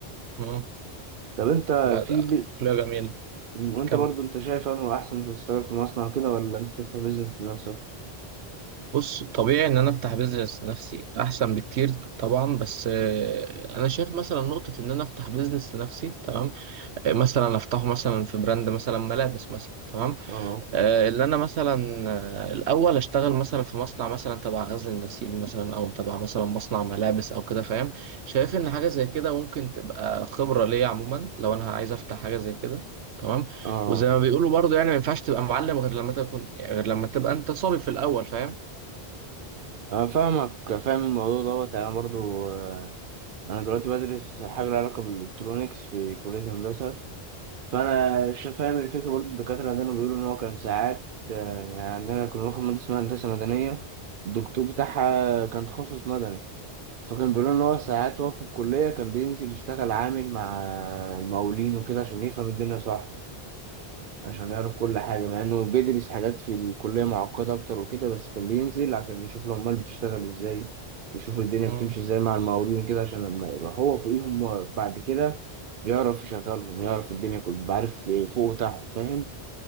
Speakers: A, on the right; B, on the right.
A: مم.
B: طب انت
A: لا ده
B: في
A: عقلية
B: ب...
A: جميلة
B: وانت
A: كم
B: برضو انت شايف انه احسن في تشتغل في مصنع كده ولا انت تفتح بيزنس لنفسك
A: بص طبيعي ان انا افتح بيزنس لنفسي احسن بكتير طبعا بس آه، انا شايف مثلا نقطة ان انا افتح بيزنس لنفسي تمام مثلا افتحه مثلا في براند مثلا ملابس مثلا تمام
B: اه
A: آه، اللي انا مثلا آه، الاول اشتغل مثلا في مصنع مثلا تبع غزل النسيج مثلا او تبع مثلا مصنع ملابس او كده فاهم شايف ان حاجه زي كده ممكن تبقى خبره ليا عموما لو انا عايز افتح حاجه زي كده تمام
B: اه
A: وزي ما بيقولوا برضه يعني ما ينفعش تبقى معلم غير لما تكون غير لما تبقى انت صبي في الاول فاهم
B: أنا فاهمك فاهم الموضوع دوت أنا برضو آه، أنا دلوقتي بدرس حاجة لها علاقة بالإلكترونيكس في كلية هندسة فأنا شا- فاهم الفكرة برضو الدكاترة عندنا بيقولوا إن هو كان ساعات آه، يعني عندنا كنا بناخد مادة اسمها هندسة مدنية الدكتور بتاعها كان تخصص مدني فكان بيقولوا إن هو ساعات هو في الكلية كان بينزل يشتغل عامل مع المقاولين وكده عشان يفهم الدنيا صح عشان يعرف كل حاجة مع إنه بيدرس حاجات في الكلية معقدة أكتر وكده بس كان بينزل عشان يشوف العمال بتشتغل إزاي يشوف الدنيا
A: مم.
B: بتمشي إزاي مع المقاولين كده عشان لما يبقى هو فوقيهم بعد كده يعرف يشغلهم يعرف الدنيا كلها يبقى عارف فوق وتحت فاهم